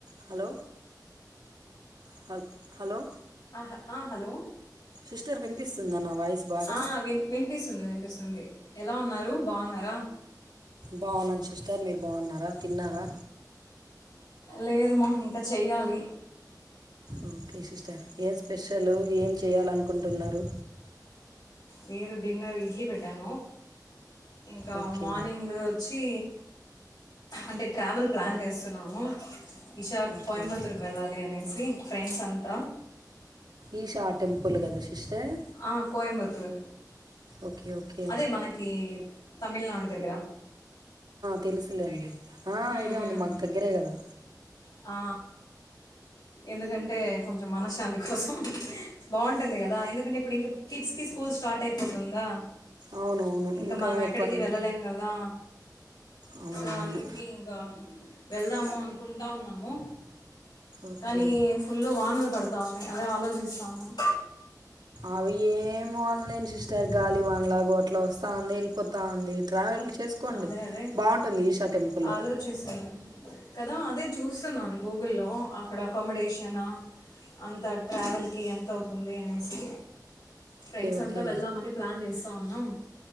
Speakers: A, on the right; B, on the left.
A: Hello హ hello
B: ఆ హ ఆ హలో
A: సిస్టర్ వినిపిస్తుంద నా వాయిస్ బాగా
B: ఆ విన్ వినిపిస్తుంది వినిపిస్తుంది ఎలా ఉన్నారు బాగున్నారా
A: బాగున్నాను సిస్టర్ మీరు బాగున్నారా తిన్నారా
B: లేదు మా ఇంకా చేయాలి
A: ఓకే సిస్టర్ ఏం స్పెషల్ ఏం చేయాలనుకుంటున్నారు
B: లేదు డిన్నర్ ఇడ్లీ పెట్టాను ఇంకా
A: ఓకే
B: మార్నింగ్ వచ్చి అంటే ట్రావెల్ ప్లాన్ చేస్తున్నాము ఈసారి
A: ఓకే
B: కోయంబత్తూర్కి
A: ఓకే
B: వెళ్ళాలి అనేసి ఫ్రెండ్స్ అంతా
A: ఈషా టెంపుల్ కదా సిస్టర్
B: ఆ కోయంబత్తూర్
A: ఓకే ఓకే
B: అదే మనకి తమిళనాడు దగ్గరా
A: తెలుసులేండి
B: మ్మ్,
A: ఐడియా
B: మ్మ్.
A: ఉంది మాకు దగ్గరే కదా
B: ఆ ఎందుకంటే కొంచెం మనశ్శాంతి కోసం బాగుంటుంది కదా ఎందుకంటే ఇప్పుడు ఇంకా కిడ్స్ కి స్కూల్ స్టార్ట్ అయిపోతుందా
A: అవునవును
B: ఇంకా మనం ఎక్కడికి
A: ట్వెల్వ్
B: వెళ్ళలేం కదా
A: అవునవును
B: సో అందుకి ఇంకా వెళ్దాము అనుకుంటా ఉన్నాము
A: ఓకే
B: కానీ ఫుల్ వానలు పడు తావున్నాయి అదే ఆలోచిస్తా ఉన్నాను
A: అవి ఏమి అనలేని సిస్టర్ గాలి వన్లాగ ఇట్లా వస్తాంది ఏళ్ళిపోతా ఉంది ట్రావెల్ చేసుకోండి
B: అదే అదే
A: బాగుంటుంది ఈశా టెంపుల్
B: ఆలోచిస్తున్నాను కదా అదే చూస్తున్నాను గూగుల్లో అక్కడ అకామిడేషన అంతా ట్రావెల్కి ఎంత అవుతుంది అనేసి
A: ఓకే
B: ఫ్రెండ్స్
A: ఓకే
B: అంతా వెళ్దామని ప్లాన్ చేస్తా ఉన్నాం